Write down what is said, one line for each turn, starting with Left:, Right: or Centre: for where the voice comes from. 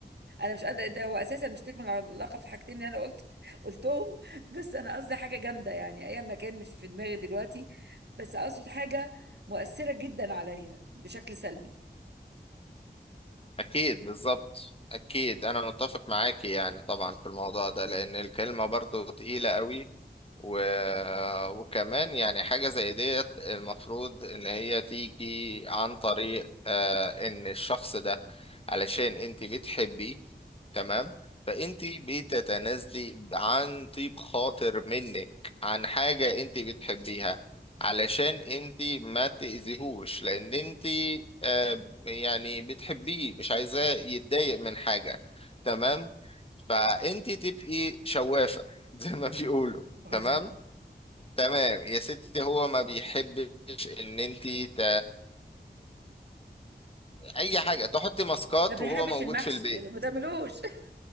Right: انا مش قادره ده هو اساسا مش تكمل العلاقه في الحاجتين اللي انا قلت <laughs> قلتهم بس انا قصدي حاجه جامده يعني ايا ما كان مش في دماغي دلوقتي بس اقصد حاجه مؤثره جدا عليا بشكل سلبي
Left: أكيد بالظبط أكيد أنا متفق معاكي يعني طبعا في الموضوع ده لأن الكلمة برضو تقيلة قوي و... وكمان يعني حاجة زي ديت المفروض إن هي تيجي عن طريق آه إن الشخص ده علشان أنت بتحبيه تمام فأنت بتتنازلي عن طيب خاطر منك عن حاجة أنت بتحبيها علشان أنت ما تأذيهوش لأن أنت آه يعني بتحبيه مش عايزاه يتضايق من حاجة تمام فأنت تبقي شوافة <laughs> زي ما بيقولوا
Right: مثلا
Left: تمام تمام يا ستي هو ما بيحبش ان انت ت... اي حاجه تحطي ماسكات
Right: ما بيحبش
Left: وهو موجود
Right: المحشي
Left: في البيت
Right: يعني ما تعملوش <laughs>